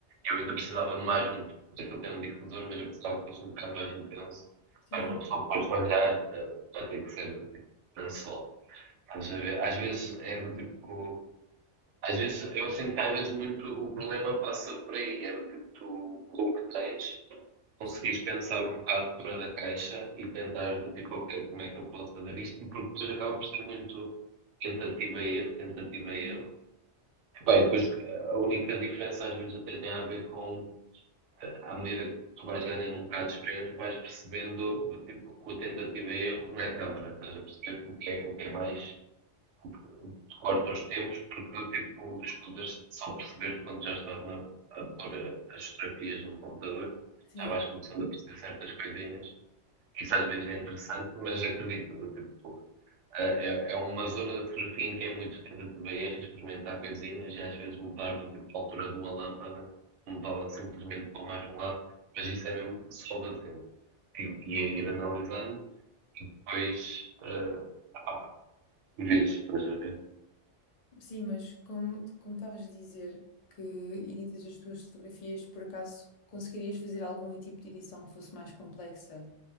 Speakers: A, on the right; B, on the left.
A: eu ainda precisava de mais um, eu tenho um difusor, mas eu precisava que fosse um bocado mais intenso,
B: sim,
A: para uma pessoa depois olhar, eh, vai ter que ser tipo, lençol. Estás a Às vezes é do tipo às vezes, eu sinto que às vezes muito o problema passa por aí, é do tipo, tu, com o que tens, conseguires
B: sim,
A: pensar um bocado fora da caixa e tentar do tipo, ok, como é que eu posso fazer isto? Porque depois acaba por ser muito tentativa e erro, tentativa e
B: sim,
A: erro. Bem, depois eh, a única diferença às vezes até tem a ver com, eh, à medida que tu vais ganhando um bocado de experiência, vais percebendo do tipo, que a tentativa e erro não é câmara, estás a perceber o que é, o que é mais,
B: sim,
A: o corta os tempos, porque tipo, escutas só perceber quando já estás na, a pôr as fotografias no computador,
B: sim,
A: já
B: é-
A: vais começando a perceber certas coisinhas. Isso às vezes é interessante, mas acredito, tipo, é, é uma zona da fotografia em que é muito tentativa e erro, experimentar coisinhas e às vezes mudar do tipo de altura de uma lâmpada, mudá-la simplesmente para mais um lado, mas isso é mesmo só batendo. E e é ir analisando e depois eh, pá, vês, estás a ver?
B: sim, mas como, como estavas a dizer que editas as tuas fotografias, por acaso conseguirias fazer algum tipo de edição que fosse mais complexa?